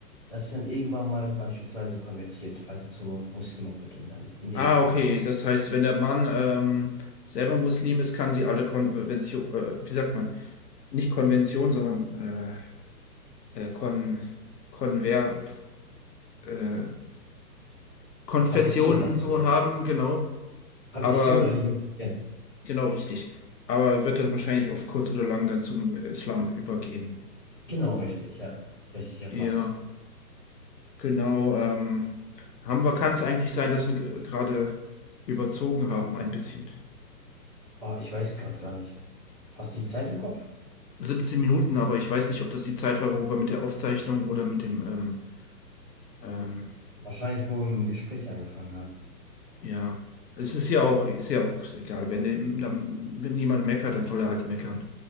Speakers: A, on the left (about 15°); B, on the left (about 75°).
A: dass sie dann irgendwann mal beispielsweise konvertiert, also zur Muslima wird in dem, in dem
B: Ah,
A: Fall
B: okay.
A: dann.
B: Das heißt, wenn der Mann ähm, selber Muslim ist, kann sie alle Konvention, äh, wie sagt man, nicht Konvention, sondern äh, äh, Kon Konvert, äh, Konfessionen
A: Konfession meinst
B: nun
A: du, glaube
B: haben,
A: ich.
B: genau.
A: Konfession,
B: Aber
A: Religion. Genau,
B: genau richtig. Aber wird dann wahrscheinlich auf kurz oder lang dann zum Islam übergehen.
A: Genau, richtig, ja. Richtig erfasst.
B: Ja, genau. Ähm, haben wir, kann es eigentlich sein, dass wir g- gerade überzogen haben ein bisschen.
A: Oh, ich weiß gerade gar nicht. Hast du die Zeit im Kopf?
B: 17 Minuten, aber ich weiß nicht, ob das die Zeit war, wo wir mit der Aufzeichnung oder mit dem, ähm, ähm,
A: Wahrscheinlich, wo wir im Gespräch angefangen haben.
B: ja, es ist ja auch, ist ja auch egal. Wenn, der- dann- wenn jemand meckert, dann soll er halt meckern.